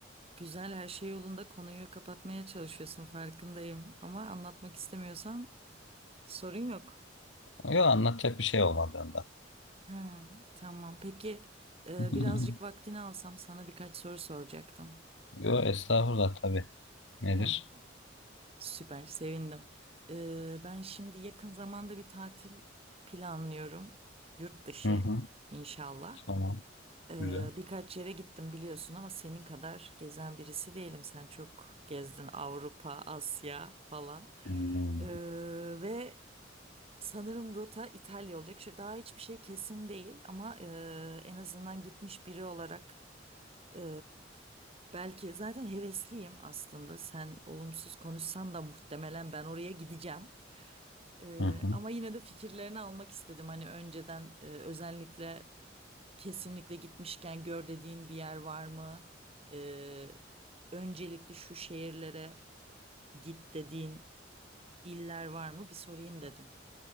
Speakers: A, on the right (about 30°); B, on the left (about 80°).
A: güzel her şey yolunda konuyu kapatmaya çalışıyorsun farkındayım. Ama anlatmak istemiyorsan sorun yok.
B: Yo anlatacak bir şey olmadığından.
A: Ha, tamam peki e,
B: <laughs>
A: birazcık vaktini alsam sana birkaç soru soracaktım.
B: Yo estağfurullah tabii. Nedir?
A: Heh, Süper, sevindim. Ee, ben şimdi yakın zamanda bir tatil planlıyorum. Yurt dışı
B: Hı hı,
A: inşallah.
B: tamam.
A: Ee,
B: Güzel.
A: birkaç yere gittim biliyorsun ama senin kadar gezen birisi değilim. Sen çok gezdin Avrupa, Asya falan.
B: Hmm,
A: Ee, ve Sanırım rota İtalya olacak. Şu daha hiçbir şey kesin değil ama e, en azından gitmiş biri olarak e, belki zaten hevesliyim aslında. Sen olumsuz konuşsan da muhtemelen ben oraya gideceğim. E,
B: Hı hı.
A: ama yine de fikirlerini almak istedim. Hani önceden e, özellikle kesinlikle gitmişken gör dediğin bir yer var mı? E, öncelikli şu şehirlere git dediğin iller var mı? Bir sorayım dedim.